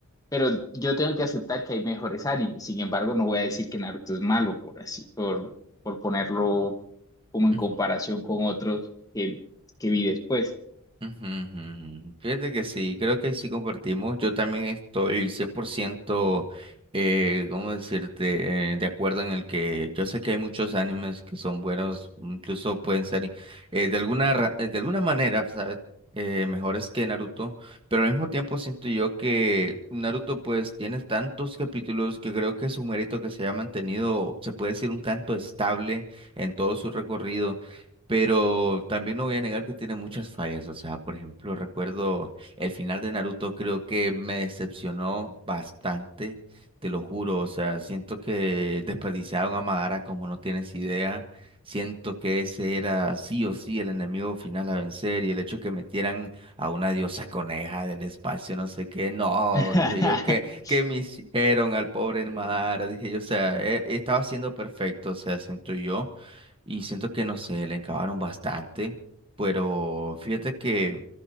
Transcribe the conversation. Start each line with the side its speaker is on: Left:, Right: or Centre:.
Left: Pero yo tengo que aceptar que hay mejores animes. Sin embargo, no voy a decir que Naruto es malo por así, por, por ponerlo como en
Right: ujú.
Left: comparación con otros que, que vi después.
Right: Ujú, ujú. ujú. Fíjate que sí, creo que sí compartimos. Yo también estoy 100%, eh, ¿cómo decirte?, eh, de acuerdo en el que yo sé que hay muchos animes que son buenos, incluso pueden ser eh, de alguna, ra- eh, de alguna manera, ¿sabes? Eh, mejores que Naruto, pero al mismo tiempo siento yo que Naruto pues tiene tantos capítulos que creo que es un mérito que se haya mantenido, se puede decir un tanto estable en todo su recorrido. Pero también no voy a negar que tiene muchas fallas. O sea, por ejemplo, recuerdo el final de Naruto, creo que me decepcionó bastante, te lo juro. O sea, siento que desperdiciaron a Madara como no tienes idea. Siento que ese era sí o sí el enemigo final a vencer y el hecho que metieran a una diosa coneja del espacio, no sé qué, no,
Left: <laughs>
Right: dije yo que, que me hicieron al pobre Madara, dije yo, o sea, e- estaba siendo perfecto, o sea, siento yo y siento que, no sé, le encabaron bastante, pero fíjate que...